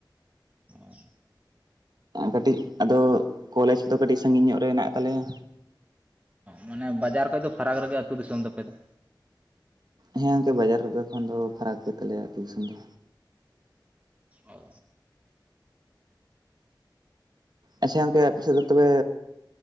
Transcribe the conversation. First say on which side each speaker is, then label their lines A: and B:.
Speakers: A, on the right; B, on the right.
A: ᱚ
B: ᱠᱟᱹᱴᱤᱡ ᱟᱫᱚ ᱠᱚᱞᱮᱡᱽ ᱠᱚᱫᱚ ᱠᱟᱹᱴᱤᱡ ᱥᱟᱸᱜᱤᱧ ᱧᱚᱜ ᱨᱮ ᱢᱮᱱᱟᱜ ᱛᱟᱞᱮᱭᱟ᱾
A: ᱢᱟᱱᱮ ᱵᱟᱡᱟᱨ ᱠᱷᱚᱡ ᱫᱚ ᱯᱷᱟᱨᱟᱠ ᱨᱮᱜᱮ ᱟᱹᱛᱩ ᱫᱤᱥᱚᱢ ᱛᱟᱯᱮ ᱫᱚ᱾
B: ᱦᱮᱸ ᱜᱚᱝᱠᱮ ᱵᱟᱡᱟᱨ ᱨᱮᱫᱚ ᱠᱷᱚᱱ ᱫᱚ ᱯᱷᱟᱨᱟᱠ ᱜᱮ ᱛᱟᱞᱮᱭᱟ ᱟᱹᱛᱩ ᱫᱤᱥᱚᱢ ᱫᱚ᱾
A: ᱚ ᱚ᱾
B: ᱟᱪᱪᱷᱟ ᱜᱚᱝᱠᱮ ᱟᱯᱮ ᱥᱮᱫ ᱫᱚ ᱛᱚᱵᱮ